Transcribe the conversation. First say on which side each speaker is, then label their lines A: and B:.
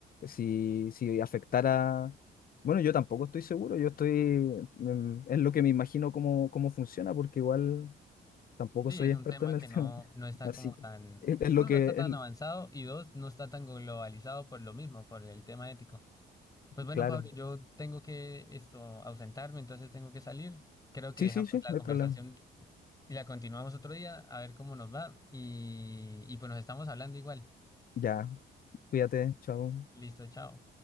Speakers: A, on the left; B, on the left.
A: si, si afectara... Bueno, yo tampoco estoy seguro, yo estoy... mm, Es lo que me imagino cómo, cómo funciona, porque igual tampoco
B: Sí,
A: soy
B: es un
A: experto
B: tema
A: en el
B: que no,
A: tema.
B: no
A: <laughs>
B: está
A: Así
B: como
A: que
B: tan,
A: es, es lo
B: uno,
A: que...
B: no está tan
A: es-
B: avanzado y dos, no está tan globalizado por lo mismo, por el tema ético. Pues bueno,
A: claro.
B: Pablo, yo tengo que esto ausentarme, entonces tengo que salir. Creo que
A: Sí,
B: dejamos
A: sí, sí,
B: la
A: no
B: conversación
A: hay problema.
B: y la continuamos otro día, a ver cómo nos va. Y, y pues nos estamos hablando igual.
A: Ya, cuídate, chao.
B: Listo, chao.